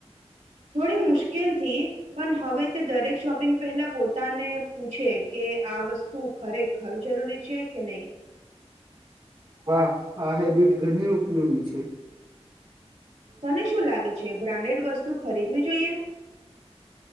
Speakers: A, on the right; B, on the right.
A: થોડી મુશ્કેલથી, પણ હવે તે દરેક શોપિંગ પહેલા પોતાને પૂછે, કે આ વસ્તુ ખરેખર જરૂરી છે કે નહીં?
B: હા, આ હેબિટ ઘની ઉપયોગી છે.
A: તને શું લાગે છે, બ્રાન્ડેડ વસ્તુ ખરીદવી જોઈએ?